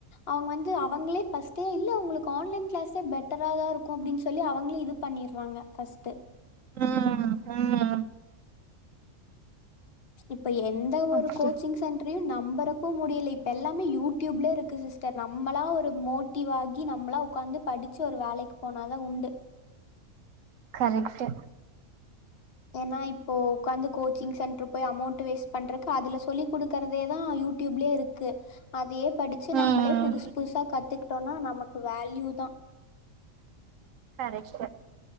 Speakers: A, on the left; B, on the right.
A: அவங்க வந்து அவங்களே பர்ஸ்ட்டே இல்ல உங்களுக்கு ஆன்லைன் கிளாஸே பெட் ட்டரா தா இருக்கு அப்டின்னு சொல்லி அவங்களே இது பண்ணிடுறாங்க ஃபர்ஸ்ட்டு
B: ம் ம்
A: இப்ப எந்த ஒரு
B: அப்டி
A: கோச்சிங்ஸ் சென்டரையு நம்பறக்கு முடியலை இப்ப எல்லாமே யூடியூப்ல இருக்கு சிஸ்டர் நம்மளா ஒரு மோட்டிவ் ஆகி கி நம்மளா உக்காந்து படிச்சு ஒரு வேலைக்கு போனாதா உண்டு
B: கரேக்ட்டு
A: ஏன்னா இப்போ உக்காந்து கோச்சிங் சென்டரு போய் அமௌண்ட் வேஸ்ட் பண்றக்கு அதுல சொல்லி குடுக்குறதேதா யூ டியூப்லயே இருக்கு அதையே படிச்சி நம்மளே
B: ம்
A: புதுசு புதுசா கத்துக்கிட்டோம்னா நமக்கு வேல்யூ தா
B: கரெக்ட்